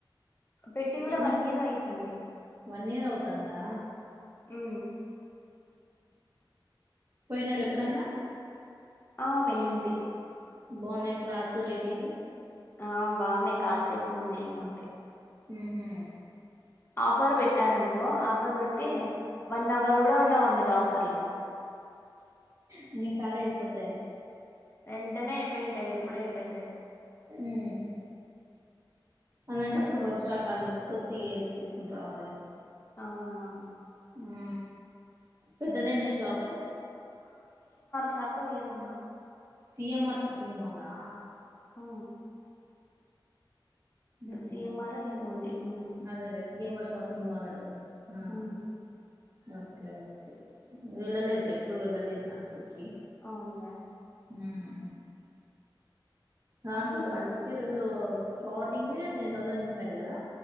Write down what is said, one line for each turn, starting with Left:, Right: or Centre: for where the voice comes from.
Left: పెట్టి కూడా
Right: ఎన్
Left: వన్ ఇయర్ అయితుంది
Right: వన్ ఇయర్ అవుతందా
Left: ఆఆ
Right: పోయినరేప్పుడన్నా
Left: ఆ వెళ్ళింటి
Right: బాగున్నాయ్ క్లాత్ రేటింగ్
Left: ఆ బాగున్నాయి్ కాస్ట్ ఎక్కువ ఉన్నాయి ఏమంటే
Right: మ్ హు
Left: ఆఫర్ పెట్టినారనుకో ఆఫర్ పెడితే వన్ అవర్ కూడా ఉండవందులో ఆఫర్లో
Right: అన్ని కాలైపోతాయి
Left: వెంటనే అయిపోయింటాయి ఎప్పుడో అయిపోయింటాయి
Right: మ్ అలాంటప్పుడు వాళ్ళు స్టాక్ అంత కొద్దిగే ఏందుకు తీసుకోని రావాలే
Left: అవునవును
Right: ఆ పెద్దదేనా షాపు
Left: షాప్ప ఎదబ్బ
Right: సిఎంఆర్ షాపింగ్ మాల్ ఆ
Left: ఆ
Right: మ్ హు
Left: సిఎంఆర్ ఏదో ఉంది ఉమ్
Right: అదే అదే సిఎమ్ అర్ షా పింగ్ మాల్ అంటారు ఆ
Left: ఉమ్
Right: ఓకే ఓకే వెళ్ళలేదు లే ఎప్పుడు వెళ్ళలేదు దాంట్లోకి
Left: అవున
Right: మ్ దాంట్లో
Left: బాగుంటుంది
Right: పట్టు
Left: ఇక్కడ
Right: చీరలు
Left: కూడా
Right: స్టార్టింగ్ ఏ టెన్ థౌసండ్ నుంచట కదా